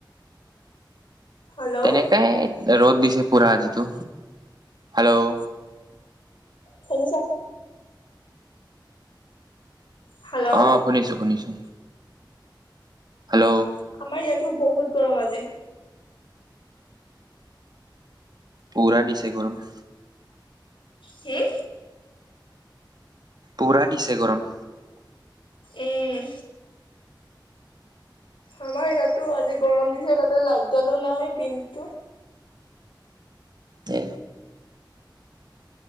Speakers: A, on the left (about 85°); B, on the right (about 55°).
A: হেল্ল'
B: তেনেকাই ৰ'দ দিছে পুৰা যিটো। হেল্ল'?
A: শুনিছা নে? হেল্ল'
B: অ', শুনিছো শুনিছো। হেল্ল'
A: আমাৰ ইয়াতো বহুত গৰম আজি।
B: পূৰা দিছে গৰম।
A: হম?
B: পূৰা দিছে গৰম।
A: উম। আমাৰ ইয়াতো আজি গৰম দিছে তাতে লাইট দালো নাই দিনতটো।
B: তে